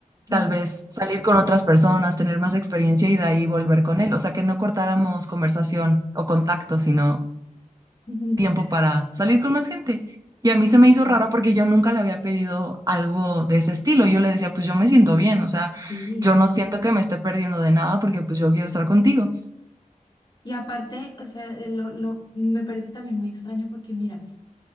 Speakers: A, on the right; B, on the left.
A: tal
B: ay,
A: vez salir con otras personas, tener más experiencia y de ahí volver con él. O sea, que no cortáramos conversación o contacto, sino
B: <laughs>
A: tiempo para salir con más gente. Y
B: no
A: a mí se
B: sé,
A: me hizo raro porque yo nunca le había pedido algo de ese estilo. Yo le decía, pues yo me siento bien, o sea,
B: sí.
A: yo no siento que me esté perdiendo de nada porque pues yo quiero estar contigo.
B: Y aparte, o sea, eh, lo, lo, me parece también muy extraño porque mira,